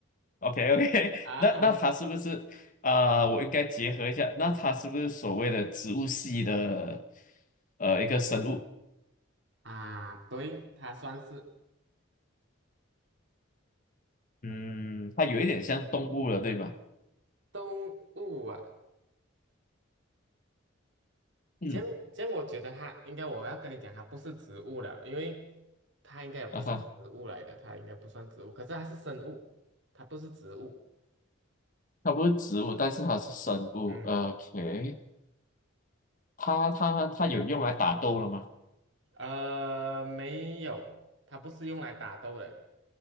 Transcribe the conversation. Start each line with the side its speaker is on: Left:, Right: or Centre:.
Left: OK OK，<laughs>
Right: <laughs> 啊
Left: 那那它是不是啊、呃我应该结合一下，那它是不是所谓的植物系的呃一个生物？
Right: 啊，对，它算是
Left: 嗯，它有一点像动物了，对吧？
Right: 动物啊。
Left: 嗯，
Right: 这样这样，我觉得它应该我要跟你讲，它不是植物了，因为它应该也不算植物来的，
Left: 啊哈，
Right: 它应该不算植物，可是它是生物，它不是植物。
Left: 它不是植物，但是它是生物。
Right: 嗯。
Left: OK，它它它有用来打斗了吗？
Right: 呃，没有，它不是用来打斗的